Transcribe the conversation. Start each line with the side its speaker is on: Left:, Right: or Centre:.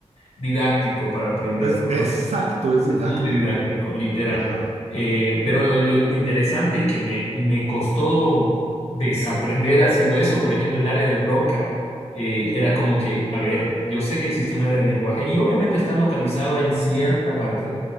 Left: didáctico para aprenderlo,
Right: Es exacto,
Left: ¿no?
Right: es didáctico.
Left: Es muy didáctico, literal.
Right: Ajá.
Left: Eh, pero lo, lo- lo interesante y que me, me costó desaprender ha sido eso. Por ejemplo, el área de Broca eh, era como que, a ver, yo sé que existe un área de lenguaje y obviamente está localizado en cierta parte,